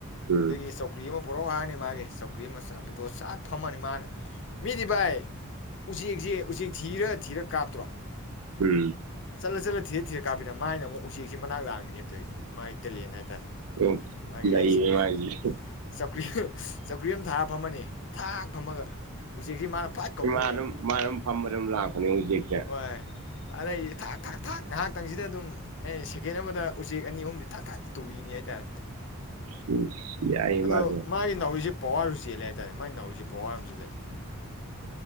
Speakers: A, on the right (about 80°); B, on the left (about 55°).
A: ꯎꯝ
B: ꯑꯗꯒꯤ ꯆꯧꯀ꯭ꯔꯤ ꯑꯃ ꯄꯨꯔꯛꯑꯣ ꯍꯥꯟ ꯃꯥꯒꯦ ꯆꯧ ꯀꯨꯏ ꯑꯃ ꯁꯠ ꯄꯨꯊꯣꯛꯑ ꯆꯥꯠ ꯐꯝꯃꯅꯤ ꯃꯥꯅ ꯃꯤꯗꯤ ꯚꯥꯏ ꯎꯆꯦꯛꯁꯦ ꯎꯆꯦꯛ ꯊꯤꯔꯒ ꯊꯤꯔꯛ ꯀꯥꯞꯇ꯭ꯔꯣ
A: ꯎꯝ
B: ꯆꯂꯥ ꯆꯂꯥ ꯊꯤꯔ ꯊꯤꯔ ꯀꯥꯄꯤ ꯅ ꯃꯥꯏꯅ ꯑꯃꯨ ꯎꯆꯦꯛꯁꯦ ꯃꯅꯛ ꯂꯥꯛꯑꯝꯃꯤꯅꯦꯕ ꯇꯧꯁꯦ ꯃꯥꯏ ꯇꯦꯂꯦꯟ ꯍꯥꯏꯇꯥꯔꯦ
A: ꯑꯣ
B: ꯃꯥꯒꯤ
A: ꯂꯩꯌꯦ
B: ꯍꯩꯁꯤꯡꯕꯁꯦ
A: ꯃꯥꯏꯁꯦ
B: ꯆꯧꯀ꯭ꯔꯤ ꯆꯧꯀ꯭ꯔꯤ ꯑꯃ ꯊꯥꯔ ꯐꯝꯃꯅꯤ ꯊꯥꯛ ꯐꯝꯃꯒ ꯎꯆꯦꯛꯁꯤ ꯃꯥꯅ ꯐꯥꯛ ꯀꯧꯗꯣꯏꯅꯦꯕ
A: ꯃꯥ ꯑꯗꯨꯝ ꯃꯥ ꯑꯗꯨꯝ ꯐꯝꯕ ꯑꯗꯨꯝ ꯂꯥꯛꯄꯅꯦ ꯍꯧꯖꯤꯛꯁꯦ
B: ꯚꯥꯏ ꯑꯗꯩꯗꯤ ꯊꯥꯛ ꯊꯥꯛ ꯊꯥꯛ ꯉꯥꯍꯥꯛꯇꯪꯁꯤꯗ ꯑꯗꯨꯝ ꯎꯝ ꯑꯩ ꯁꯦꯀꯦꯟ ꯑꯃꯗ ꯎꯆꯦꯛ ꯑꯅꯤ ꯑꯍꯨꯝꯗꯤ ꯊꯥꯛ ꯊꯥꯛ ꯇꯨꯕꯤꯅꯤ ꯍꯥꯏꯇꯥꯔꯦ꯫
A: ꯎꯝ, ꯌꯥꯏ
B: ꯑꯗꯣ
A: ꯃꯥꯗꯣ꯫
B: ꯃꯥꯒꯤ ꯅꯥꯎꯔꯤꯁꯦ ꯄꯋꯥꯔꯁꯨ ꯆꯦꯜꯂꯦ ꯍꯥꯏꯇꯥꯔꯦ, ꯃꯥꯥꯏ ꯅꯥꯎꯔꯤꯁꯦ ꯄꯋꯥꯔ ꯑꯃꯁꯨ ꯂꯩ꯫